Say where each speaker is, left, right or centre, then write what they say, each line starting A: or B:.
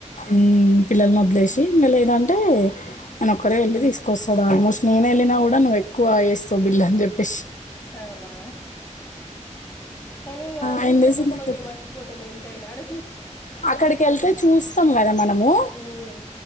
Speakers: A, on the left (about 80°); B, on the left (about 20°).
A: మ్మ్ పిల్లల్ని వదిలేసి ఇంగ లేదంటే
B: హ్మ్.
A: ఆయన ఒక్కరే వెళ్ళి తీసుకును వస్తాడు ఆల్మోస్ట్ నేను వెళ్ళిన కూడా నువ్వు ఎక్కువ చేస్తావ్ బిల్ అని చెప్పసి
B: అవునా కానీ వాళ్ళు
A: ఆయన
B: వస్తే
A: చేసింది
B: కొన్ని కొన్ని
A: అక్కడ
B: మర్చిపోతాం ఎంతైనా అడు
A: అక్కడికి వెళ్తే చూస్తాం కదా మనము
B: హ్మ్.